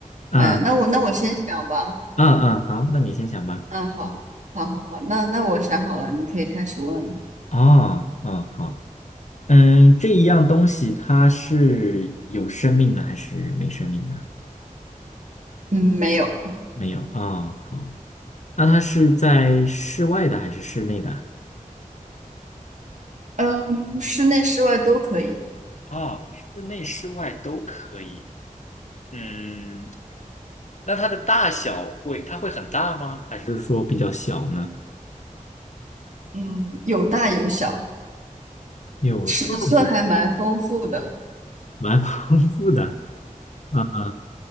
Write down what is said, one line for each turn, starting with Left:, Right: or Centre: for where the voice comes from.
Left: 嗯
Right: 好呀，那我那我先想吧。
Left: 嗯嗯，好，那你先想吧。
Right: 嗯，好，
Left: 嗯，
Right: 好，好，好，那那我想好了，你可以开始问了。
Left: 哦哦，好，嗯，这一样东西它是有生命的还是没生命的？
Right: 嗯，没有，
Left: 没有。哦，好，那它是在室外的还是室内的？
Right: 嗯，室内室外都可以。
Left: 哦，室内室外都可以。嗯，那它的大小会，它会很大吗？还是就是说比较小呢？
Right: 嗯，有大有小，
Left: 有大有
Right: 尺寸还蛮丰富的。
Left: 丰富的。啊。